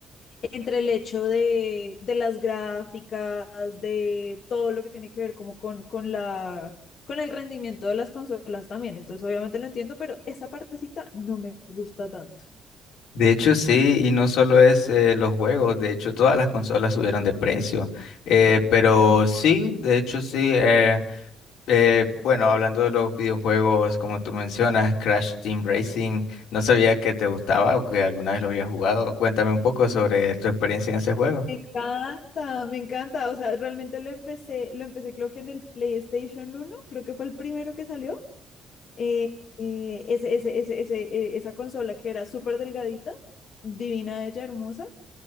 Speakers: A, on the left (about 60°); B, on the left (about 80°).
A: entre el hecho de, de las gráficas, de todo lo que tiene que ver como con, con la, con el rendimiento de las consolas también. Entonces, obviamente lo entiendo, pero esa partecita no me gusta tanto.
B: De hecho, sí, y no solo es eh, los juegos, de hecho, todas las consolas subieron de precio. Eh, pero
A: Mm.
B: sí, de hecho, sí. eh, eh, bueno, hablando de los videojuegos, como tú mencionas, Crash Team Racing, no sabía que te gustaba o que alguna vez lo habías jugado. Cuéntame un poco sobre tu experiencia en ese juego.
A: Me encanta, me encanta. O sea, realmente lo empecé, lo empecé creo que en el PlayStation uno creo que fue el primero que salió. Eh, eh, ese, ese, ese, ese, eh, esa consola que era súper delgadita, divina, ella hermosa.